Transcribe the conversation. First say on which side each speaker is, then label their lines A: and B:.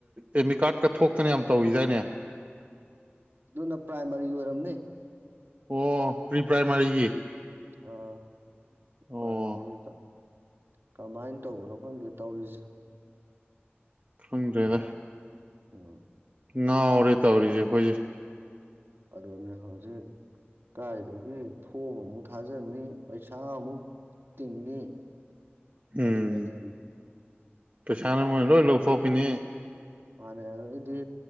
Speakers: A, on the right; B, on the right.
A: ꯑꯦꯃꯤ ꯀꯥꯔꯠꯀ ꯊꯣꯛꯇꯅ ꯌꯥꯝ ꯇꯧꯋꯤꯗꯥꯏꯅꯦ
B: ꯑꯗꯨꯅ ꯄ꯭ꯔꯥꯏꯃꯔꯤ ꯑꯣꯏꯔꯝꯅꯦ
A: ꯑꯣ ꯄ꯭ꯔꯤ ꯄ꯭ꯔꯥꯏꯃꯥꯔꯤꯒꯤ
B: ꯑꯥ ꯂꯄꯥꯥꯏ
A: ꯑꯣ
B: ꯃꯔꯤꯗ ꯀꯃꯥꯏꯅ ꯇꯧꯕꯅꯣ ꯈꯪꯗꯦ ꯇꯧꯔꯤꯁꯦ
A: ꯐꯪꯗ꯭ꯔꯦꯗ
B: ꯑꯗꯨ ꯎꯝ
A: ꯉꯧꯔꯦ ꯇꯧꯔꯤꯁꯦ ꯑꯩꯈꯣꯏꯁꯦ
B: ꯑꯗꯨꯅꯤ ꯍꯧꯖꯤꯛ ꯀꯥꯏꯗꯒꯤ ꯐꯣꯝ ꯑꯃꯨꯛ ꯊꯥꯖꯤꯟꯅꯤ ꯄꯩꯁꯥ ꯑꯃꯨꯛ ꯇꯤꯡꯉꯤ
A: ꯎꯝ
B: ꯑꯗꯨꯒꯅꯤ
A: ꯄꯩꯁꯥꯅ ꯃꯣꯏꯅ ꯂꯣꯏ ꯂꯧꯊꯣꯛꯈꯤꯅꯤ
B: ꯃꯥꯅꯦ ꯑꯗꯨꯩꯗꯤ